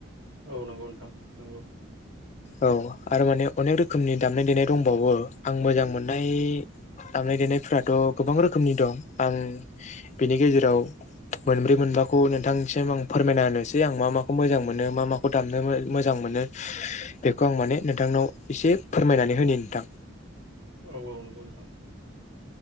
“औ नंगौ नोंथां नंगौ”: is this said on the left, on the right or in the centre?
Right